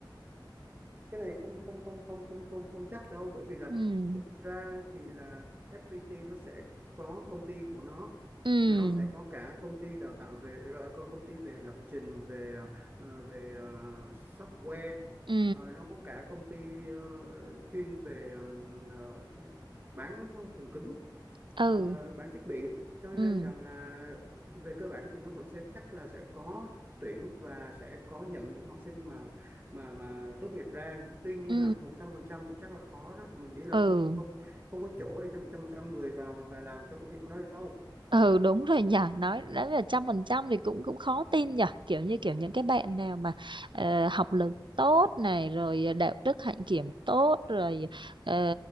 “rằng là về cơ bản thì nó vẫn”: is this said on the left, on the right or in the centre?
Right